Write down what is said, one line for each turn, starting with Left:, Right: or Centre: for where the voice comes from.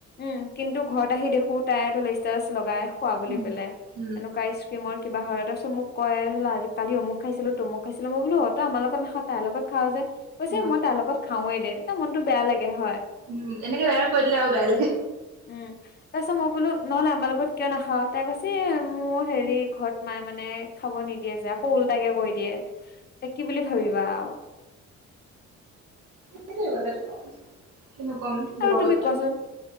Left: উম কিন্তু ঘৰত আহি দেখো তাই ধৰি লোৱা ষ্টেটাচ লগাই খোৱা বুলি
Right: উম
Left: পেলাই
Right: উম
Left: এনেকুৱা ক্ৰীম কিবা হয় তাৰ পিছত মোক কয় ধ আজি কালি অমুক খাইছিলো তমু খাইছিলো মই বোলো তই আমাৰ লগত নাখাৱ তাইৰ লগত খাৱ যে। কৈছে
Right: অ
Left: মই তাইৰ লগত খাওৱেই দে তেতিয়া মনতটো বেয়া লাগে হয়।
Right: উম এনেকে বেয়া কৈ দিলে আৰু বেয়া লাগে।
Left: উম তাৰপিছত মই বোলো নহ'লে আমাৰ লগত কিয় নাখাও তাই কৈছে মোৰ হেৰি ঘৰত। মাই মানে খাব নিদিয়ে যে আকৌ ওল্টাকে কৈ দিয়ে কি বুলি ভাবিবা আৰু।
Right: সেইটোৱেই কথাটো আৰু কিনো ক'ম লোকৰ
Left: আৰু তুমি।
Right: কথা
Left: কোৱাচোন